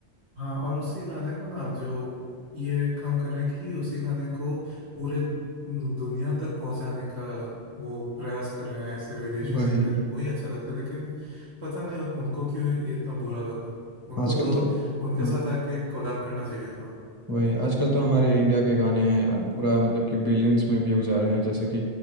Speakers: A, on the right; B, on the right.
A: हाँ और उसी गाने को ना जो ये काम कर रहे हैं कि उसी गाने को पूरे दुनिया तक पहुंचाने का वो प्रयास कर रहे हैं ऐसे विदेशी
B: वही
A: सिंगर वही अच्छा लगता है लेकिन पता नहीं उन, उनको क्यों ये इतना बुरा लगा उनको
B: आजकल
A: तो
B: तो
A: उनके
B: हाँ
A: साथ आके कोलैब करना चाहिए था
B: वही आजकल तो हमारे इंडिया के गाने हैं यार पूरा मतलब कि बिलियंस में व्यू जा रहे हैं जैसे कि